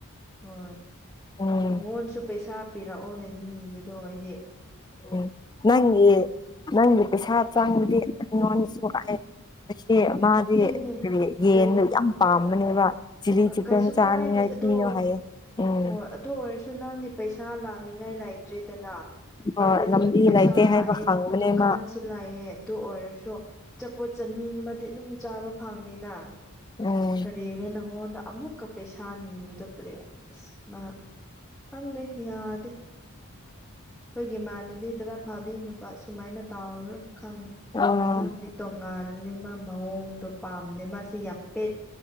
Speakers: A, in the centre; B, on the left.
A: ꯍꯣꯏ
B: ꯎꯝ
A: ꯃꯉꯣꯟꯁꯨ ꯄꯩꯁꯥ ꯄꯤꯔꯛꯑꯣꯅ ꯅꯤꯕꯗꯣ ꯍꯥꯏꯗꯤ
B: ꯎꯝ ꯅꯪꯒꯤ ꯅꯪꯒꯤ ꯄꯩꯁꯥ ꯆꯥꯡꯕꯗꯤ ꯑꯩꯉꯣꯟꯗꯁꯨ ꯀꯛꯑꯦ ꯑꯁꯤ ꯃꯥꯗꯤ
A: ꯑꯗꯨꯏꯅꯦ
B: ꯀꯔꯤ ꯌꯦꯟꯗꯣ
A: ꯀꯔꯤ
B: ꯌꯥꯝ ꯄꯥꯝꯕꯅꯦꯕꯥ ꯆꯤꯂꯤ
A: ꯀꯩꯁꯨ
B: ꯆꯤꯛꯟ ꯆꯥꯅꯤꯉꯥꯏ
A: ꯀꯥꯏꯗꯦ ꯑꯗꯣ
B: ꯍꯥꯏꯌꯣ ꯍꯥꯏꯌꯦ ꯎꯝ
A: ꯍꯣꯏ ꯑꯗꯨ ꯑꯣꯏꯔꯁꯨ ꯅꯪꯗꯤ ꯄꯩꯁꯥ ꯂꯥꯛꯅꯤꯡꯉꯥꯏ ꯂꯩꯇ꯭ꯔꯦꯗꯅ
B: ꯍꯣꯏ
A: ꯃꯥꯗꯤ ꯑꯗꯨꯝ
B: ꯂꯝꯕꯤ
A: ꯄꯩꯁꯥ
B: ꯂꯩꯇꯦ ꯍꯥꯏꯕ
A: ꯂꯥꯛꯑꯦ
B: ꯈꯪꯕꯅꯦ
A: ꯗꯨꯀꯥꯟ
B: ꯃꯥ
A: ꯁꯨ ꯂꯥꯏꯌꯦ ꯑꯗꯨ ꯑꯣꯏꯔꯁꯨ ꯆꯄꯣꯠ ꯆꯅꯤꯃꯗꯤ ꯑꯗꯨꯝ ꯆꯥꯕ ꯐꯪꯅꯤꯅ
B: ꯎꯝ
A: ꯀꯔꯤꯅꯦ ꯅꯪꯉꯣꯟꯗ ꯑꯃꯨꯛꯀ ꯄꯩꯁꯥ ꯅꯤꯕꯗ ꯀꯔꯦ ꯑꯁ ꯃꯥ ꯈꯪꯗꯦ ꯌꯥꯗꯦ ꯑꯩꯈꯣꯏꯒꯤ ꯏꯃꯥꯟꯅꯕꯤ ꯇꯔꯥ ꯐꯥꯕꯤ ꯅꯨꯄꯥ ꯁꯨꯃꯥꯏꯅ ꯇꯥꯎꯔꯔꯣꯏ ꯈꯪꯉꯦ
B: ꯑꯣ
A: ꯇꯣꯉꯥꯜꯂꯤ ꯃꯥ ꯃꯑꯣꯡꯗꯣ ꯄꯥꯝꯗꯦ ꯃꯥꯁꯤ ꯌꯥꯝ ꯄꯦꯠ